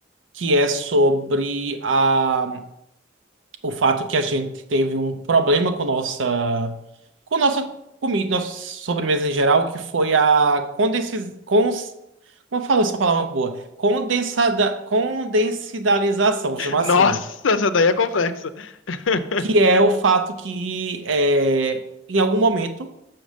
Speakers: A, on the right (about 85°); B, on the left (about 85°).
A: que é sobre a o fato que a gente teve um problema com nossa com nossa comida, nossa sobremesa em geral, que foi a condensi cons como eu falo essa palavra boa? Condensada condensidalização, vou chamar
B: Nossa,
A: assim,
B: essa daí é complexa. <laughs>
A: que é o fato que é, em algum momento